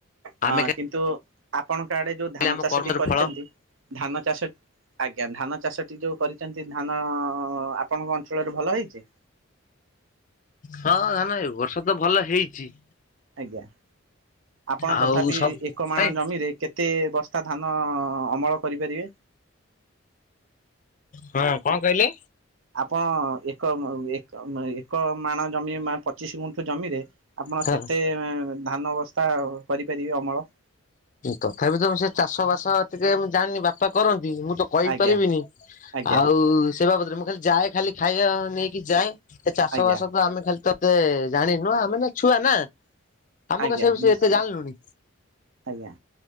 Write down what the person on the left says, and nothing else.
ଆମେ
ଖାଲି
ଆମ
କର୍ମର
ଫଳ
ହଁ ଧାନ ଏ ବର୍ଷା ତ ଭଲ ହେଇଚି?
ଆଉ
ସବୁ
ଭାଇ
ହଁ କଣ କହିଲେ?
ହଁ
ତଥାପି ତ ସେ ଚାଷ ବାସ ଟିକେ ମୁ ଜାଣିନି ବାପା କରନ୍ତି ମୁଁ ତ କହିପାରିବିନି
ଆଉ ସେ ବାବଦରେ ମୁଁ ଯାଏ ଖାଲି ଖାଇବା ନେଇକି ଯାଏ? ଏ ଚାଷ
ବାସ ତ ଆମେ ଖାଲି ତତେ ଜାଣିନୁ ଆମେ ତ ଛୁଆ ନା? ଆମ
କ ସେ ବିଷୟ
ରେ ଏତେ ଜାଣିଲୁଣି?